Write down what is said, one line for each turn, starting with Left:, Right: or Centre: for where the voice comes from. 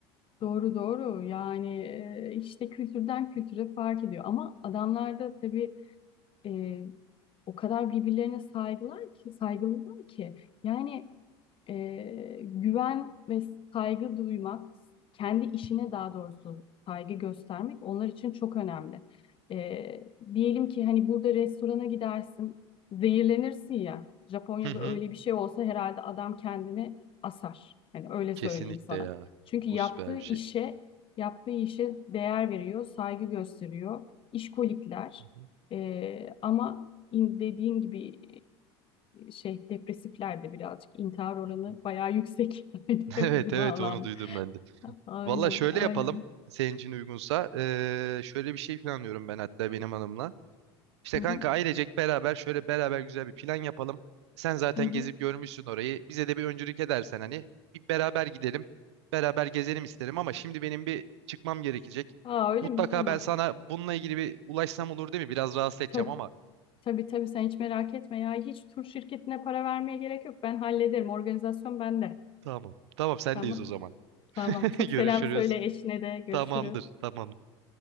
Left: Doğru doğru yani e, işte kültürden kültüre fark ediyor ama adamlar da tabii e, o kadar birbirlerine saygılar ki saygılılar ki yani e, güven ve saygı duymak, kendi işine daha doğrusu saygı göstermek onlar için çok önemli. E, diyelim ki hani burada restorana gidersin, zehirlenirsin ya. Japonya'da
Right: Hı hı.
Left: öyle bir şey olsa herhalde adam kendini asar. Hani öyle söyleyeyim
Right: Kesinlikle
Left: sana.
Right: ya.
Left: Çünkü yaptığı
Right: Bu süper bir
Left: işe,
Right: şey.
Left: yaptığı işe değer veriyor, saygı gösteriyor. İşkolikler.
Right: Hı hı.
Left: E, ama in- dediğin gibi şey depresiflerde birazcık intihar oranı
Right: <laughs>
Left: bayağı yüksek. <laughs>
Right: Evet
Left: bu
Right: evet
Left: bağlam.
Right: onu duydum ben de.
Left: Aynen,
Right: Valla şöyle
Left: aynen.
Right: yapalım. Senin için uygunsa. Ee, şöyle bir şey planlıyorum ben hatta benim hanımla. İşte
Left: Hı hı,
Right: kanka ailecek beraber şöyle beraber güzel bir plan yapalım. Sen zaten
Left: hı hı.
Right: gezip görmüşsün orayı. Bize de bir öncülük edersen hani bir beraber gidelim. Beraber gezelim isterim ama şimdi benim bir çıkmam gerekecek.
Left: Aa öyle
Right: Mutlaka
Left: mi? Tamam.
Right: ben sana bununla ilgili bir ulaşsam olur değil mi? Biraz rahatsız edeceğim
Left: Tabii.
Right: ama.
Left: Tabii tabii sen hiç merak etme ya. Hiç tur şirketine para vermeye gerek yok. Ben hallederim. Organizasyon bende.
Right: Tamam. Tamam sendeyiz
Left: Tamam.
Right: o zaman.
Left: Tamam.
Right: <laughs>
Left: Çok
Right: Görüşürüz.
Left: selam söyle eşine de. Görüşürüz.
Right: Tamamdır. Tamamdır.